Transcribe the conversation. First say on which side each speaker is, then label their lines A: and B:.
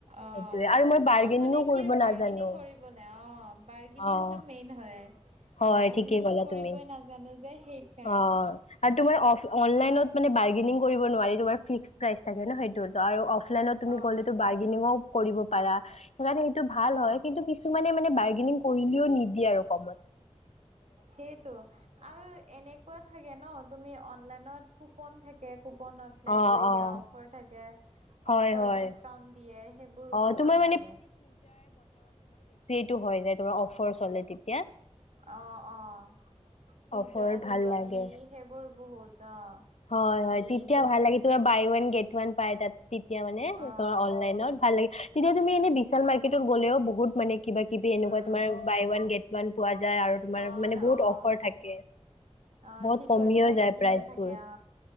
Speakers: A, on the right; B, on the left.
A: অ'।
B: সেইটোয়ে আৰু মই বাৰ্গেনিংয়ো
A: মানে
B: কৰিব
A: কি বাৰ্গেনিং
B: নাজানো।
A: কৰিবলে অ', বাৰ্গেনিংটো
B: অঁ
A: মেইন হয়
B: হয়
A: বাৰ্গেনিং
B: ঠিকে কলা
A: কৰিবই
B: তুমি
A: নাজানো যে সেইকাৰণে
B: অ আৰু তোমাৰ অফ অনলাইনত মানে বা- ৰ্গেনিং কৰিব নোৱাৰিলো বাৰু ফিক্স প্ৰাইজ থাকে ন সেইটোত আৰু অফ অলাইনত তুমি
A: অ',
B: গ'লে বাৰ্গেনিও কৰিব পাৰা সেইকাৰণে সেইটো ভাল
A: অ'।
B: হয় কিন্তু কিছুমানে মানে বাৰ্গেনিং কৰিলও নিদ- দিয়ে আৰু কামত
A: সেইটো আৰু এনেকুৱা থাকে ন তুমি অনলাইনত কুপন থাকে কুপন এপ্লাই
B: অঁ
A: কৰি
B: অঁ
A: দিয়া অফাৰ থাকে
B: হয়
A: অফাৰ
B: হয়
A: ডিচকাউন্ট দিয়ে সেইবোৰ
B: অ তোমাৰ
A: ভাল মানে
B: তো হৈ যায় অফাৰ চলে তেতিয়া
A: অ', অ'। পূজা
B: অফাৰত ভাল
A: দিৱালী
B: লাগে।
A: সেইবোৰ বহুত অ',
B: হয় হয় তেতিয়া
A: ঈদ
B: ভাল ভাল লাগে বাই ওৱান গেট ওৱান পাই তাত তেতিয়া মানে
A: অ',
B: অনলাইনত ভাল লাগে তেতিয়া তুমি এনেই বিশাল মাৰ্কেতত গলেও বহুত মানে কিবা কিবি এনেকুৱা
A: উম।
B: তোমাৰ বাই ওৱান গেট ওৱান পোৱা যায় আৰু তোমাৰ
A: অ',
B: মানে
A: অ',
B: বহুত অফাৰ থাকে
A: অ',
B: বহুত
A: ঠিক
B: কমিয়ো
A: কৈছা
B: যায়
A: ইপিনেও
B: প্ৰাইচবোৰ
A: থাকে অ